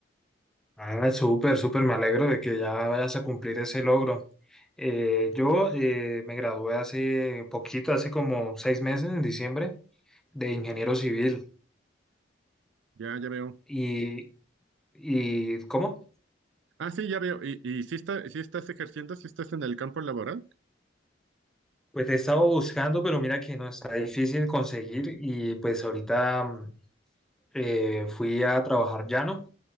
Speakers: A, in the centre; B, on the right.
A: Ah, súper, súper. Me alegro de que ya vayas a cumplir ese logro. Eh, yo eh, me gradué hace poquito, hace como seis meses, en diciembre, de ingeniero civil.
B: Ya, ya veo.
A: Y, y ¿cómo?
B: Ah, sí, ya veo. ¿Y, y sí está, sí estás ejerciendo? ¿Sí estás en el campo laboral?
A: Pues he estado buscando, pero mira que no está difícil conseguir y pues ahorita mm, eh, fui a trabajar llano,